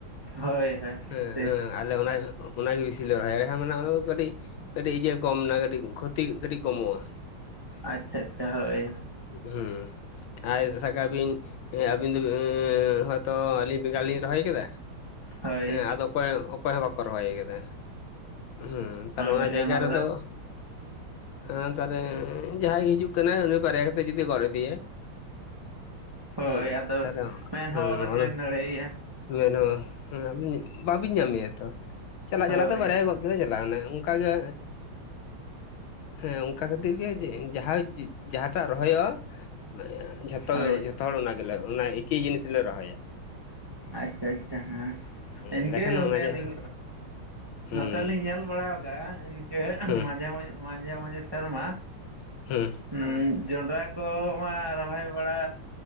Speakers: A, on the right (about 15°); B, on the left (about 75°).
A: ᱦᱳᱭ ᱦᱳᱭ
B: ᱦᱮᱸ
A: ᱴᱷᱤᱠ
B: ᱦᱮᱸ ᱟᱞᱮ ᱚᱱᱟ ᱚᱱᱟ ᱜᱮ ᱵᱤᱥᱤ ᱞᱮ ᱨᱚᱦᱚᱭᱟ <unintelligible> ᱠᱟᱹᱴᱤᱡ ᱠᱟᱹᱴᱤᱡ ᱤᱭᱟᱹ ᱠᱚᱢ ᱱᱟ ᱠᱟᱹᱴᱤᱡ ᱠᱷᱚᱛᱤ ᱠᱟᱹᱴᱤᱡ ᱠᱚᱢᱚᱜᱼᱟ ᱾
A: ᱟᱪᱪᱷᱟ ᱟᱪᱪᱷᱟ ᱦᱳᱭ᱾
B: ᱦᱩᱸ ᱟᱨ ᱥᱟᱵ ᱠᱟᱵᱤᱱ ᱦᱮᱸ ᱟᱵᱤᱱ ᱫᱚ ᱦᱚᱭᱛᱚ ᱟᱹᱞᱤᱧ ᱵᱮᱸᱜᱟᱲ ᱞᱤᱧ ᱨᱚᱦᱚᱭ ᱠᱮᱫᱟ
A: ᱦᱳᱭ
B: ᱦᱮᱸ ᱟᱫᱚ ᱚᱸᱠᱚᱭ ᱚᱸᱠᱚᱭ ᱦᱚᱸ ᱵᱟᱠᱚ ᱨᱚᱦᱚᱭ ᱟᱠᱟᱫᱟ ᱦᱮᱸ
A: ᱦᱳᱭ
B: ᱟᱨ ᱚᱱᱟ ᱡᱟᱭᱜᱟ
A: ᱫᱚ
B: ᱨᱮᱫᱚ ᱦᱮᱸ ᱛᱟᱦᱚᱞᱮ ᱮᱸᱻ ᱡᱟᱦᱟᱸᱭ ᱜᱤ ᱦᱤᱡᱩᱜ ᱠᱟᱱᱟᱭ ᱩᱱᱤ ᱵᱟᱨᱭᱟ ᱠᱟᱛᱮ ᱡᱩᱫᱤ ᱜᱚᱫᱽ ᱤᱫᱤᱭᱟᱭ
A: ᱦᱳᱭ
B: ᱦᱮᱸ
A: ᱟᱫᱚ
B: ᱛᱟᱦᱚᱞᱮ
A: ᱢᱮᱱ ᱦᱚᱸ
B: ᱦᱮᱸ
A: ᱵᱟᱵᱮᱱ
B: ᱚᱱᱟ
A: ᱢᱮᱱ ᱫᱟᱲᱮᱭᱟᱭᱟ
B: ᱢᱮᱱᱦᱚᱸ ᱦᱮᱸ ᱟᱵᱤᱱ ᱵᱟᱵᱤᱱ ᱧᱟᱢᱮᱭᱟ ᱛᱷᱚ ᱪᱟᱞᱟᱜ
A: ᱦᱳᱭ
B: ᱪᱟᱞᱟᱜ ᱛᱮ ᱵᱟᱨᱭᱟᱭ ᱜᱚᱫ ᱠᱮᱫᱟ ᱪᱟᱞᱟᱣ ᱱᱟᱭ ᱚᱱᱠᱟ ᱜᱮ ᱦᱮᱸ ᱚᱱᱠᱟ ᱠᱷᱟᱹᱛᱤᱨ ᱜᱮ ᱡᱮ ᱡᱟᱦᱟᱸᱭ ᱡᱟᱦᱟᱸ ᱴᱷᱟᱜ ᱨᱚᱦᱚᱭᱚᱜ-ᱟ ᱢᱟᱱᱮ ᱡᱷᱚᱛᱚ
A: ᱦᱳᱭ
B: ᱡᱷᱚᱛᱚ ᱦᱚᱲ ᱚᱱᱟ ᱜᱮᱞᱮ ᱚᱱᱟ ᱮᱠᱤ ᱡᱤᱱᱤᱥ ᱞᱮ ᱨᱚᱦᱚᱭᱟ᱾
A: ᱟᱪᱪᱷᱟ ᱟᱪᱪᱷᱟ ᱦᱮᱸ
B: ᱮᱸᱰᱮᱠᱷᱟᱱ
A: ᱤᱱᱠᱟᱹ ᱜᱚᱝᱠᱮ
B: ᱚᱱᱟᱜᱮ
A: ᱱᱤᱝ
B: ᱦᱮᱸ
A: ᱱᱚᱛᱮ ᱞᱤᱧ ᱧᱮᱞ ᱵᱟᱲᱟ ᱠᱟᱜ-ᱟ ᱤᱱᱠᱟᱹ
B: ᱦᱮᱸ
A: ᱢᱟᱡᱮ ᱢᱟᱡᱷᱮ ᱢᱟᱡᱷᱮ ᱥᱮᱨᱢᱟ
B: ᱦᱮᱸ
A: ᱦᱩᱸ ᱡᱚᱸᱰᱨᱟ ᱠᱚ ᱢᱟ ᱨᱚᱦᱚᱭ ᱵᱟᱲᱟ